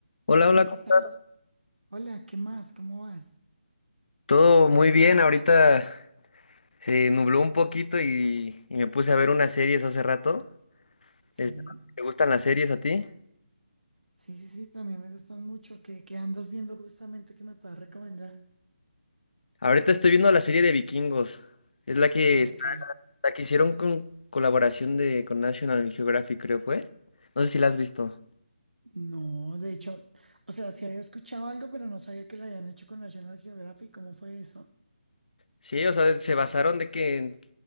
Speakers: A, on the left (about 55°); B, on the right (about 85°).
A: Hola,
B: Hola,
A: hola, ¿cómo
B: ¿qué
A: estás?
B: tal? Hola, ¿qué más? ¿Cómo vas?
A: Todo muy bien, ahorita se nubló un poquito y, y me puse a ver unas series hace rato.
B: Sí,
A: Este, ¿Te gustan las series a ti?
B: sí, sí, sí, también me gustan mucho. ¿Qué, qué andas viendo justamente que me puedas recomendar?
A: Ahorita estoy viendo la serie de Vikingos. Es la que,
B: Ok,
A: está- la que hicieron con colaboración de, con National Geographic, creo fue. No sé si la has visto.
B: no, de hecho, o sea, sí había escuchado algo, pero no sabía que lo habían hecho con National Geographic. ¿Cómo fue eso?
A: Sí, o sea, se basaron de que en,